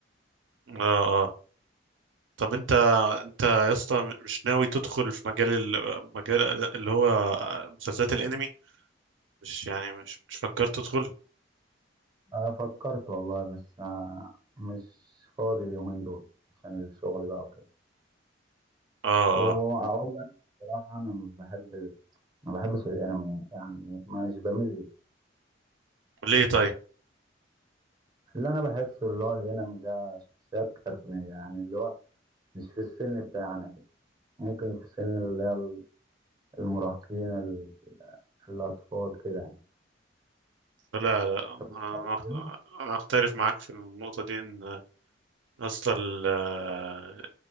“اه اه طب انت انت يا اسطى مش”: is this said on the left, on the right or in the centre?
Right